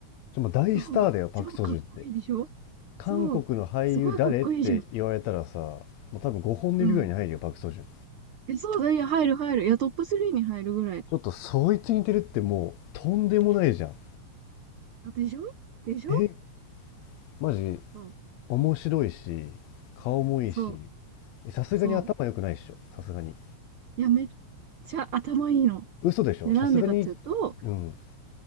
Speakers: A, on the left; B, on the right.
A: ちょ、まあ、大スターだよ、
B: そう、
A: パク・
B: 超かっこいいでしょ
A: ソジュンって。韓国の俳優誰って言われたらさ、
B: そう、すごいかっこいいじゃん。
A: まあ、多分5本指ぐらいに入るよ、
B: うん。
A: パク・ソジュン。
B: え、そうだ、いや、入る入る。いや、トップ3に入るぐらい。
A: ちょっとそいつ似てるってもう、とんでもないじゃん。
B: でしょでしょ
A: え、マジ、
B: そう、
A: 面白いし、顔もいいし、
B: そう、
A: えさすがに頭良くないっしょ、
B: そう。
A: さすがに。
B: いや、めっちゃ頭いいの。
A: 嘘でしょ、
B: で、なんでかっていうと、
A: さすがに、うん、